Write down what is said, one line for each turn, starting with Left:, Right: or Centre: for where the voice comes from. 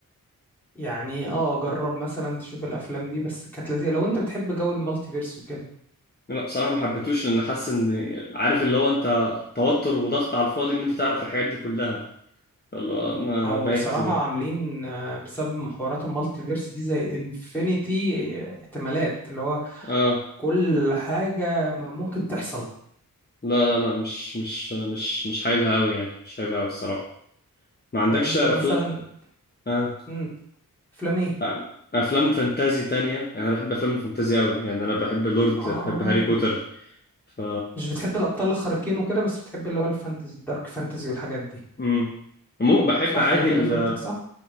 Centre: يعني اه جرب مثلا تشوف الافلام دي بس كانت لذيذة لو انت بتحب جو المالتيفيرس وكده
Left: لا بصراحه ما حبيتوش لان حاسس ان عارف اللي هو انت توتر وضغط على الفاضي ان انت تعرف الحاجات دي كلها فاللي هو ما
Centre: هو
Left: بقيت
Centre: بصراحة
Left: بقيت-
Centre: عاملين آه، بسبب محورات المالتيفيرس دي زي انفينيتي آه، احتمالات اللي هو
Left: اه
Centre: كل حاجة ما ممكن تحصل
Left: لا لا لا مش مش مش مش حاببها قوي يعني مش حاببها قوي الصراحه ما عندكش
Centre: يعني انت
Left: افلام
Centre: مثلا
Left: آه.
Centre: امم افلام ايه
Left: آه، افلام فانتازي تانية يعني انا بحب افلام الفانتازي قوي يعني انا بحب لورد
Centre: اه
Left: بحب هاري بوتر ف
Centre: مش بتحب الابطال الخارقين وكده بس بتحب اللي هو الفانتزي الدارك فانتزي والحاجات دي
Left: امم مو بحب
Centre: صح
Left: عادي
Centre: انا كده
Left: ال
Centre: فهمتك صح